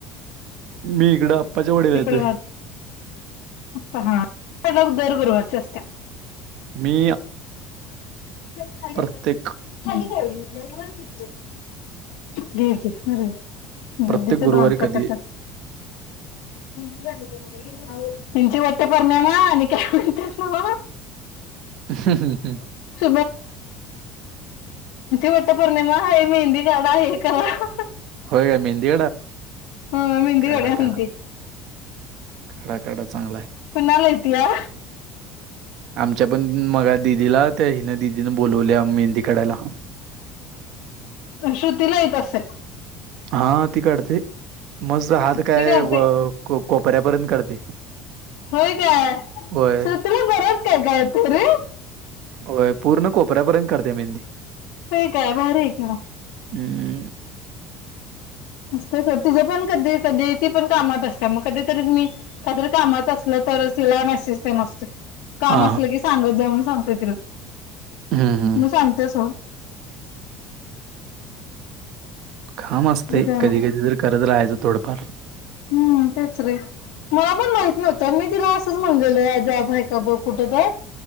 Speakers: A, on the right; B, on the left.
A: मी इकडं. आप्पाच्या वाडीला येतोय
B: इकड काग हा दर गुरुवारच्या असते त्या.
A: मी.
B: नाही खाली घातल्या
A: प्रत्येक
B: खाली का एवढ घेतल्या वर घेतले. घे घे दीदीचं
A: प्रत्येक गुरुवारी कधी
B: कसं असतं बघ आमच्या. मेहंदी काढायची आहे का? यांची वटपोर्णिमा आणि काय म्हणतात नव
A: ह ह ह
B: <unintelligible> वटपौर्णिमा आहे मेहंदी कढा हे करा
A: हो का मेहंदी
B: ह मेहंदी
A: काढा
B: काढूया
A: काढ
B: म्हणती
A: काढा काढ चांगले
B: कुणाला येतीया
A: आमच्या पण मग दिदीला त्या हिनं दिदीनं बोललावल्या मेहंदी काढयला
B: श्रुतीला येत असेल
A: हा ती करते मस्त हात काय
B: ती करते
A: कोपऱ्यापर्यंत काढते
B: होय काय
A: होय
B: श्रुतीला बरच काय काय तरे
A: होय पूर्ण कोपऱ्यापर्यंत काढते मेहंदी
B: हे काय भारी आहे की मग
A: हम
B: त तिझं पण कधी कधी ती पण कामात असते मग कधीतरी मी कामच असले तर तिला मेसेज असतो काम
A: हा
B: असलं की सांगत जा म्हण सांगतोय तिला
A: हम्म हम्म
B: मी सांगते स
A: कााम असते
B: तसं काय नाही
A: कधी कधी तररी करत राहायचं थोडंफार
B: हम्म तेच रे मला पण माहित नव्हतं मी तिला असंच म्हणलेल अजबय का ब कुठ तर